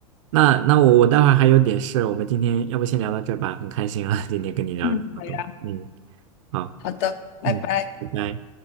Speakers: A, on the right; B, on the left.
A: 那那我我待会儿还有点事，我们今天要不先聊到这儿吧，很开心啊，今天跟你聊了这么多。
B: 嗯，好呀，
A: 嗯，好，
B: 好的，拜拜。
A: 嗯，拜拜。